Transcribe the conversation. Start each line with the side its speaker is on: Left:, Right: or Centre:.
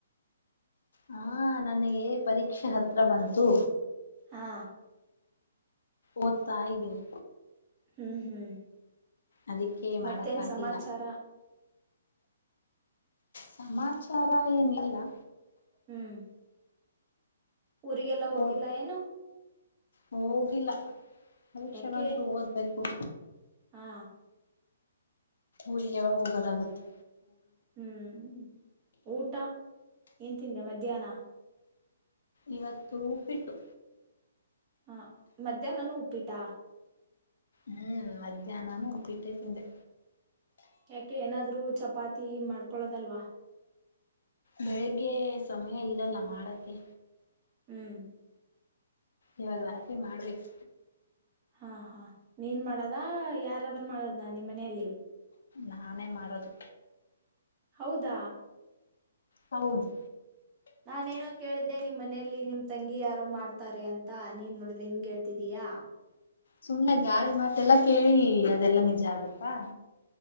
Left: ಹಾ ನನಗೆ ಪರೀಕ್ಷೆ ಹತ್ರ ಬಂತು.
Right: ಹಾ.
Left: ಓದ್ತಾ ಇದೀನಿ.
Right: ಹ್ಮ್ ಹ್ಮ್.
Left: ಅದಕ್ಕೆ
Right: ಮತ್ತೇನ್
Left: ಮಾಡಕ್ಕಾಗಿಲ್ಲ
Right: ಸಮಾಚಾರ.
Left: ಸಮಾಚಾರ ಏನಿಲ್ಲ.
Right: ಹ್ಮ್. ಊರಿಗೆಲ್ಲ ಹೋಗಿಲ್ಲ
Left: ಓದ್
Right: ಏನು.
Left: ಹೋಗಿಲ್ಲ. ಪರೀಕ್ಷೆ
Right: ಯಾಕೆ
Left: ಬಂತೂ ಓದ್ಬೇಕ್ <inaudible>
Right: ಹಾ.
Left: ಊರಿಗೆ ಯಾವಾಗ ಹೋಗದಾಗುತ್ತೆ.
Right: ಹ್ಮ್ ಊಟ. ಏನ್ ತಿಂದೆ ಮಧ್ಯಾಹ್ನ.
Left: ಇವತ್ತು ಉಪ್ಪಿಟ್ಟು.
Right: ಹಾ ಮಧ್ಯಾಹ್ನನು ಉಪ್ಪಿಟ್ಟಾ.
Left: ಹ್ಮ್ ಮಧ್ಯಾಹ್ನಾನು ಉಪ್ಪಿಟ್ಟೆ ತಿಂದೆ.
Right: ಯಾಕೆ ಏನಾದ್ರೂ ಚಪಾತಿ ಮಾಡ್ಕೊಳದಲ್ವಾ.
Left: ಬೆಳಿಗ್ಗೆ ಸಮಯ ಇರಲ್ಲ ಮಾಡಕ್ಕೆ.
Right: ಹ್ಮ್.
Left: ಇವಾಗ್ ರಾತ್ರಿ ಮಾಡ್ಬೇಕ್.
Right: ಹಾ ಹಾ ನೀನ್ ಮಾಡಾದಾ ಯಾರಾದ್ರೂ ಮಾಡದಾ ನಿಮ್ ಮನೆಯಲ್ಲಿ.
Left: ನಾನೇ ಮಾಡೋದು.
Right: ಹೌದಾ.
Left: ಹೌದು.
Right: ನಾನೇನೋ ಕೇಳ್ದೆ ನಿಮ್ ಮನೆಯಲ್ಲಿ ನಿಮ್ ತಂಗಿ ಯಾರೋ ಮಾಡ್ತಾರೆ ಅಂತ ನೀನ್ ನೋಡಿದ್ರೆ ಹಿಂಗ್ ಹೇಳ್ತಿದೀಯಾ.
Left: ಸುಮ್ನೆ ಗಾಳಿ ಮಾತೆಲ್ಲ ಕೇಳಿ ಅದೆಲ್ಲಾ ನಿಜ ಆಗತ್ತಾ.